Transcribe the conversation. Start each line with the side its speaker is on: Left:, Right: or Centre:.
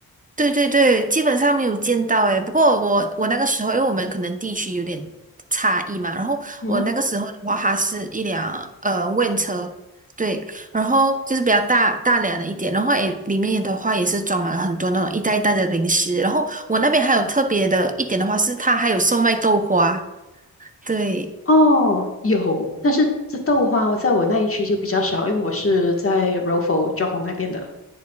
Right: 对对对，基本上没有见到诶。不过我我那个时候，因为我们可能地区有点差异嘛，然后我那个时候的话，
Left: 嗯哼。
Right: 它是一辆呃 van 车，对，然后就是比较大大辆的一点，然后诶里面的话也是装满了很多那种一袋一袋的零食，然后我那边还有特别的一点的话是它还有售卖豆花，对，
Left: 哦，有，但是这豆花在我那一区就比较少，因为我是在柔佛、johor 那边的。